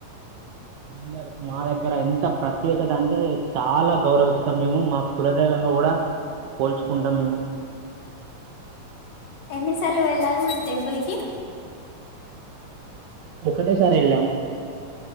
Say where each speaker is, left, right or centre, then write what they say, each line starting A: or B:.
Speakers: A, on the right; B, on the left.
A: అందరు మా దగ్గర ఎంత ప్రత్యేకత అంటే చాలా గౌరవిస్తాం మేము మా కులదైవంగా కూడా పోల్చుకుంటాం మేము
B: ఎన్నిసార్లు వెళ్ళారు మీరు టెంపుల్ కి
A: ఒకంటే సార్ ఎల్లం